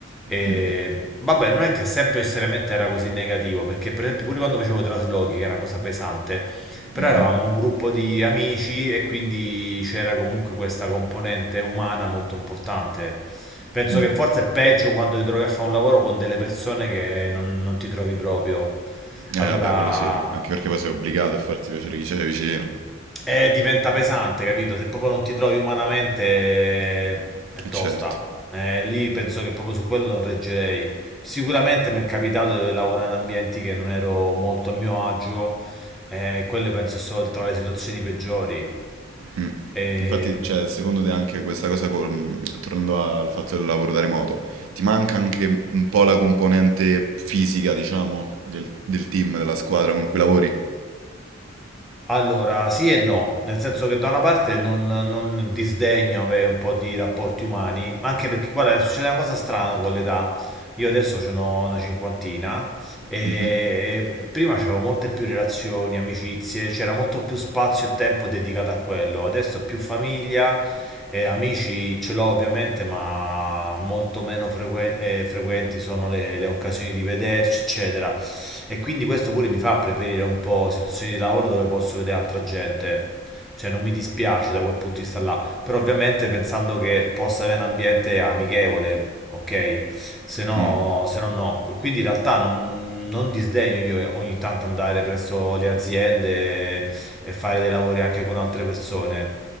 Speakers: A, in the centre; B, on the right (about 85°).
A: E
B: Mm,
A: vabbè, non è che sempre necessariamente era così negativo, perché per esempio pure quando facevo traslochi, che era una cosa pesante, però
B: mhm,
A: eravamo un gruppo di amici e quindi c'era comunque questa componente umana molto importante. Penso
B: mm.
A: che forse è peggio quando ti trovi a fare un lavoro con delle persone che non, non ti trovi proprio.
B: Eh
A: Allora,
B: vabbè, quello sì, anche perché poi sei obbligato a farti piacere chi c'è vicino,
A: eh, diventa pesante, capito? Se proprio non ti trovi umanamente eh, è
B: e
A: tosta.
B: certo.
A: Eh, lì penso che proprio su quello non reggerei. Sicuramente mi è capitato di lavorare in ambienti che non ero molto a mio agio, eh, quelle penso sono tra le situazioni peggiori.
B: Mm.
A: Eh,
B: Infatti, cioè, secondo te anche questa cosa, col- mm, tornando a- al fatto del lavoro da remoto, ti manca anche un po' la componente fisica, diciamo, del, del team, della squadra con cui lavori?
A: Allora, sì e no, nel senso che da una parte non, non disdegno avere un po' di rapporti umani, ma anche perché guarda, succede una cosa strana con l'età. Io adesso ce n'ho una cinquantina e
B: Mhm.
A: e prima c'avevo molte più relazioni, amicizie, c'era molto più spazio e tempo dedicato a quello. Adesso più famiglia, e amici ce l'ho ovviamente, ma molto meno frequen- eh, frequenti sono le le occasioni di vederci, eccetera. E quindi questo pure mi fa preferire un po' situazioni di lavoro dove posso vedere altra gente. Cioè non mi dispiace da quel punto di vista là, però ovviamente pensando che possa avere un ambiente amichevole, ok? Se no,
B: Mm.
A: se no no. Quindi in realtà non, non disdegno io ogni tanto andare presso le aziende e fare dei lavori anche con altre persone.